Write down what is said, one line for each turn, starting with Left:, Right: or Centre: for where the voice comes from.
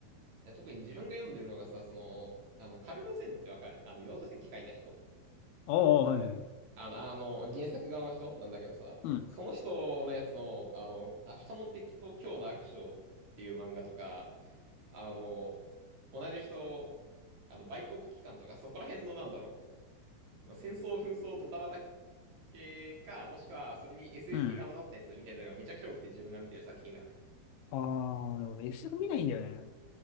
Right: いや、特に自分が読んでるのがさ、その、あの、カルロゼンってわかるあの、幼女戦記書いた人。
Left: あ、はいはい。
Right: あの、あの、原作側の人なんだけどさ、
Left: うん。
Right: その人のやつの、あの、明日の敵と今日の悪将っていう漫画とか、あの、同じ人、あの、売国機関とか、そこら辺のなんだろう。戦争、紛争、ドタバタ系か、もしくはそれに SF
Left: うん。
Right: 系が混ざったやつみたいなのがめちゃくちゃ多くて自分が見てる作品が。
Left: ああ、でも俺 SF 見ないんだよね。